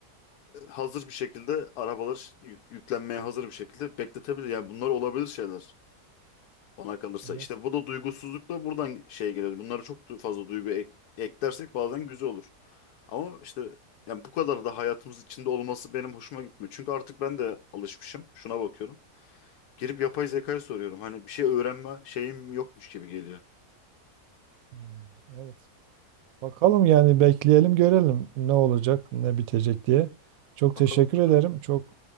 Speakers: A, on the left (about 80°); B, on the right (about 70°).
A: hazır bir şekilde arabaları ş- yük- yüklenmeye hazır bir şekilde bekletebilir. Yani bunlar olabilir şeyler bana kalırsa.
B: evet.
A: İşte bu da duygusuzluk da buradan şey geliyor. Bunlara çok du- fazla duygu ek- eklersek bazen güzel olur. Ama işte yani bu kadar da hayatımız içinde olması benim hoşuma gitmiyor. Çünkü artık ben de alışmışım. Şuna bakıyorum. Girip yapay zekayı soruyorum. Hani bir şey öğrenme şeyim yokmuş gibi geliyor.
B: hmm, evet. Bakalım yani bekleyelim görelim ne olacak, ne bitecek diye. Çok
A: Bakalım
B: teşekkür
A: görelim.
B: ederim. Çok